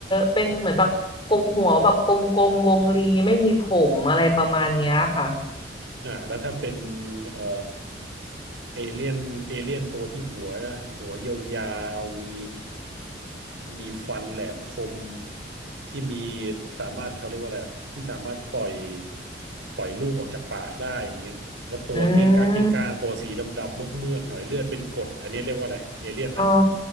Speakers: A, on the left; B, on the right.
A: เป็นเหมือนแบบกบหัวแบบกลมๆวงรีไม่มีผมอะไรประมาณเนี้ยค่ะ
B: อ่าแล้วถ้าเป็นเอ่อเอเลี่ยนเอเลี่ยนตัวที่หัวหัวยาวๆมีมีฟันแหลมคมที่มีสามารถเขาเรียกว่าอะไรอะที่สามารถปล่อยปล่อยลูกออกจากปากได้อย่างเงี้ยแล้วตัวเก้งก้างเก้งก้างตัวสีดำๆเมือกๆหน่อยเลือดเป็นกรดอันนี้เรียกว่าอะไรเอเลี่ยนไหม
A: อืมอ๋อ